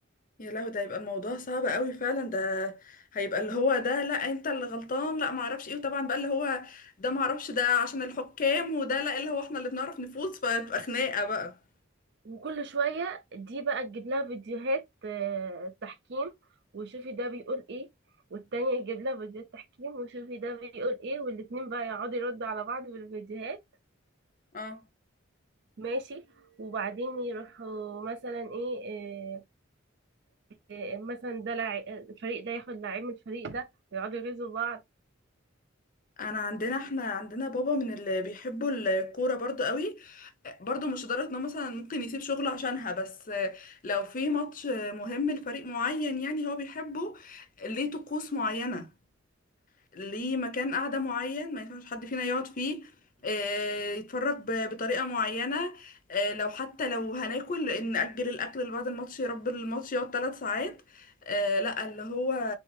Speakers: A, on the left; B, on the right.
A: يا لهوي ده هيبقى الموضوع صعب قوي فعلا ده هيبقى اللي هو ده لا انت اللي غلطان لا ما اعرفش ايه وطبعا بقى اللي هو ده ما اعرفش ده عشان الحكام وده لا اللي هو احنا اللي بنعرف نفوز فتبقى خناقة بقى
B: وكل شوية دي بقى تجيب لها فيديوهات آه، تحكيم وشوفي ده بيقول ايه والتانية تجيب لها فيديوهات تحكيم وشوفي ده بيقول ايه والاتنين بقى يقعدوا يردوا على بعض بالفيديوهات
A: اه
B: ماشي وبعدين يروحوا مثلا ايه آه، آه، مثلا ده لع- الفريق ده ياخد لعيب من الفريق ده ويقعدوا يغيظوا بعض
A: انا عندنا احنا عندنا بابا من اللي بيحبوا الكورة برضو قوي برضو مش لدرجة انه مثلا ممكن يسيب شغله عشانها بس لو في ماتش مهم لفريق معين يعني هو بيحبه ليه طقوس معينة ليه مكان قعدة معين ما ينفعش حد فينا يقعد فيه آه، يتفرج ب- بطريقة معينة آه، لو حتى لو هناكل إن نأجل الأكل لبعد الماتش يا رب الماتش يقعد ثلاث ساعات آه، لا اللي هو